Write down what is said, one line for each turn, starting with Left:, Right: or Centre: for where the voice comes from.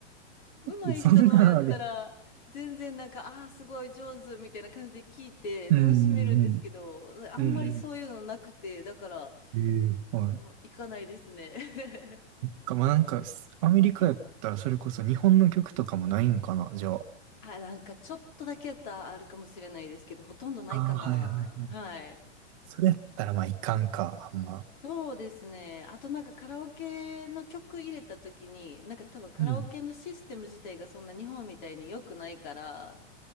Left: 上手い人のやったら、
Right: え、そんなあれ。
Left: 全然なんか、ああー、すごい上手みたいな感じで聞いて楽しめるんですけど、
Right: うん
Left: あんまりそういうのなくて、
Right: うんうん。うん
Left: だから、
Right: うん。ええはい。
Left: もう行かないですね。<laughs>
Right: か、まあ、なんか、すアメリカやったらそれこそ日本の曲とかもないんかな、じゃあ。
Left: あ、なんかちょっとだけやったらあるかもしれないですけど、ほとんどないかな。
Right: ああ、はいはいはい。
Left: はい。
Right: それやったらまあいかんか、あんま。
Left: そうですね。あとなんかカラオケの曲入れた時に、なんか多分カラオケのシステム自体がそんな日本みたいに良くないから、
Right: うん。